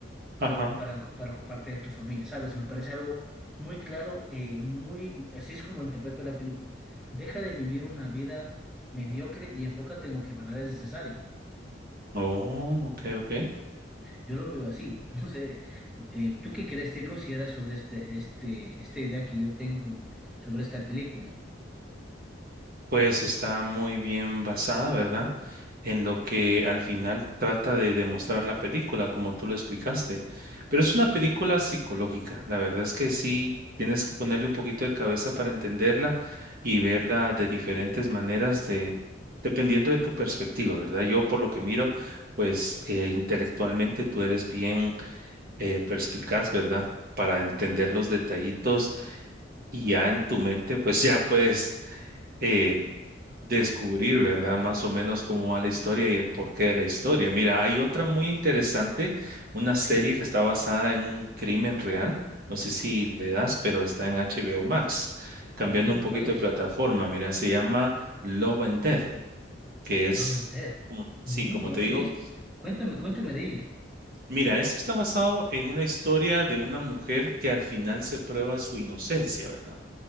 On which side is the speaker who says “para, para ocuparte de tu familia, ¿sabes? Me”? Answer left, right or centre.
Centre